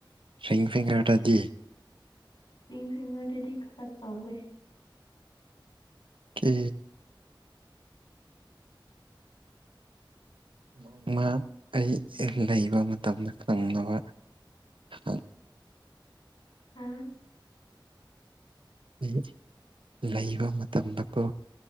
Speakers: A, on the right; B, on the left.
A: ꯁ꯭ꯋ ꯐꯤꯒꯔꯗꯤ
B: ꯔꯤꯡ ꯐꯤꯡꯒꯔ ꯗꯗꯤ ꯈꯔ ꯇꯎꯦ
A: ꯀ ꯅꯣꯡꯃ ꯑꯩ ꯂꯩꯕ ꯃꯇꯝꯗ ꯈꯪꯅꯕ ꯎ
B: ꯑ
A: ꯑꯩ ꯂꯩꯕ ꯃꯇꯝꯗꯀꯣ